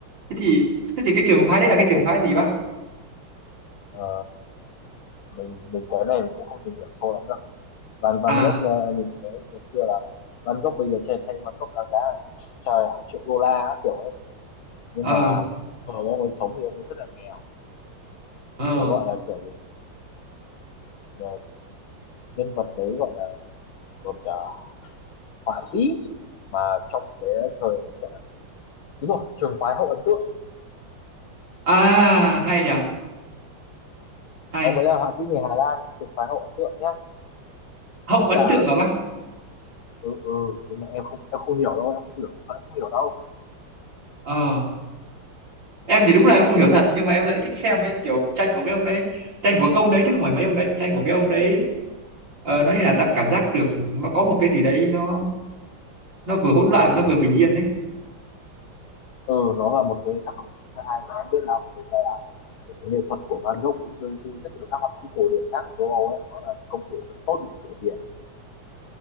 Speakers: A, on the right; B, on the left.
A: thế thì thế thì cái trường phái đấy
B: Picasso
A: là cái trường phái gì bác
B: ờ, mình mình cái này mình cũng không tìm hiểu sâu lắm đâu Van Van
A: à
B: Gogh ờ, mình thấy ngày xưa là Van Gogh bây giờ che tranh Van Gogh đáng giá hàng, trời, hàng triệu đô la á, kiểu ấy nhưng
A: ờ
B: mà thời ông ấy sống thì ông ấy rất là nghèo
A: ờ
B: nó gọi là kiểu gì? Ờ, nhân vật đấy gọi là một ờ, họa sĩ mà trong cái thời ấy gọi là đúng rồi trường phái hậu ấn tượng
A: à hay nhỉ hay
B: ông ấy là họa sĩ người Hà Lan trường phái hậu ấn tượng nhá
A: hậu
B: với
A: ấn
B: cả
A: tượng hả bác
B: ừ ừ nhưng mà em không em không hiểu đâu em không hiểu nghệ thuật em không hiểu đâu
A: ờ em thì đúng là em không hiểu thật nhưng mà em lại thích xem ấy kiểu tranh của mấy ông đấy tranh của công đấy chứ không phải mấy ông đấy tranh của cái ông đấy ờ, nó như là ta cảm giác được nó có một cái gì đấy nó nó vừa hỗn loạn
B: em
A: và nó
B: rằng
A: vừa bình yên đấy
B: ừ nó là một cái tác phẩm rất là hay mà em biết là thực ra là nghệ thuật của Van Gogh cũng rơi rơi rất nhiều các họa sĩ cổ điển khác ở châu Âu ấy nó là công cụ rất tốt để rửa tiền